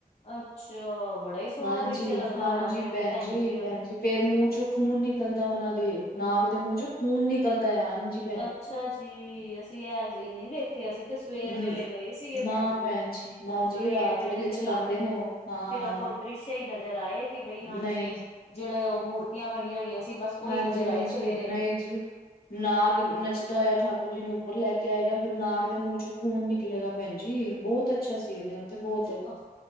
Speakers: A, on the left; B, on the left.
A: ਅੱਛਾ ਬੜਾ ਹੀ ਸੋਹਣਾ
B: ਹਾਂਜੀ,
A: ਦ੍ਰਿਸ਼ ਲੱਗਦਾ
B: ਹਾਂਜੀ,
A: ਹੋਣਾ ਫੇਰ
B: ਭੈਣਜੀ,
A: ਤੇ ਹੁਣ
B: ਭੈਣ ਜੀ। ਫੇਰ ਮੂੰਹ 'ਚੋਂ ਖੂਨ ਨਿਕਲਦਾ ਓਨਾਂ ਦੇ, ਨਾਗ ਦੇ ਮੂੰਹ 'ਚੋਂ ਖੂਨ ਨਿਕਲਦਾ ਐ, ਹਾਂਜੀ!
A: ਅੱਛਾ ਜੀ! ਅਸੀਂ ਐ ਸੀਨ ਨੀ ਦੇਖੇ, ਅਸੀਂ ਤੇ ਸਵੇਰ
B: ਹੂੰ,
A: ਵੇਲੇ ਗਏ ਸੀਗੇ
B: ਨਾ
A: ਭੈਣ ਜੀ। ਓਰ
B: ਨਾ
A: ਸਵੇਰ
B: ਜੀ ਰਾਤ
A: ਵੇਲੇ ਤੇ
B: ਚਲਾਉਂਦੇ
A: ਸਾਨੂੰ
B: ਨੇ ਉਹ ਹਾਂ।
A: ਸਿਰਫ਼, ਦ੍ਰਿਸ਼ਯ ਈ ਨਜ਼ਰ ਆਏ ਕੀ ਬਈ ਹਾਂਜੀ
B: ਨਹੀਂ,
A: ਜਿਹੜਾ ਉਹ ਮੂਰਤੀਆਂ ਬਣੀਆਂ ਹੋਈਆਂ ਸੀ, ਬਸ ਉਹੀ
B: ਹਾਂਜੀ
A: ਨਜ਼ਰ
B: ਹਾਂਜੀ,
A: ਆਏ ਸਵੇਰੇ
B: ਨਹੀਂ ਜੀ। ਨਾਗ ਨੱਚਦਾ ਹੋਇਆ, ਠਾਕੁਰ ਜੀ ਨੂੰ ਉੱਪਰ ਲੈ ਕੇ ਆਏਗਾ। ਫਿਰ ਨਾਗ ਦੇ ਮੂੰਹ 'ਚੋਂ ਖੂਨ ਨਿਕਲੇਗਾ ਭੈਣ ਜੀ, ਬਹੁਤ ਅੱਛਾ ਸੀਨ ਉੱਥੇ ਬਹੁ
A: ਅ